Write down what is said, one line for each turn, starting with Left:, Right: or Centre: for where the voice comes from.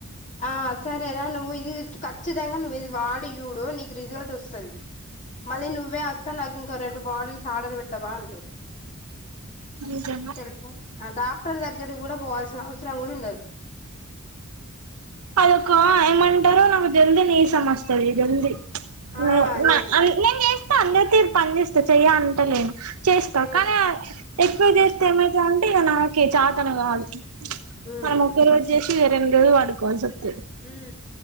Left: ఆ సరేరా నువ్వు ఇది కచ్చతంగా నువ్వు ఇది వాడు డి చూడునీకు రిజల్ట్ వస్తది మళ్ళీ నువ్వే అక్క నాకు ఇంకో రెండు బాటిల్ ఆడర్ పెట్టవా అంటవు
Right: నిజంగా
Left: తెలుసా డా డాక్టర్ దగ్గర కూడా పోవాల్సిన అవసరం కూడా ఉండదు
Right: అదొక ఏమంటారో నాకు జల్దీ నీరసం వస్తది జల్ది
Left: ఆ
Right: నే
Left: ఎస్
Right: నేను చేస్తా అందరి తీరు పనిచేస్తా చెయ అంటలేను చేస్తా
Left: మ్మ్
Right: కానీ ఎక్కువ చేస్తే ఏమయిత అంటే ఇక నాకే చాతన కాదు
Left: మ్మ్
Right: మనము ఓకే రోజు చేసి రెండు రోజులు పడుకోవాలి వస్తా
Left: ఉం